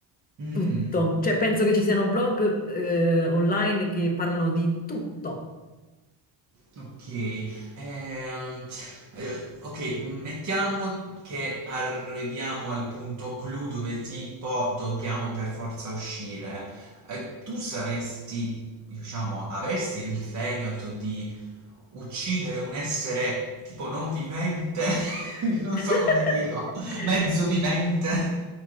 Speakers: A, on the right (about 35°); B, on the left (about 20°).
A: Mm.
B: Tutto. Cioè, penso che ci siano blog, eh, online che parlano di tutto.
A: Ok, ehm, eh, ok, mettiamo che arriviamo al punto clou dove tipo dobbiamo per forza uscire. Eh, tu saresti, diciamo, avresti il fegato di uccidere un essere tipo non vivente, <laughs> non
B: <laughs>
A: so come dirlo, mezzo vivente.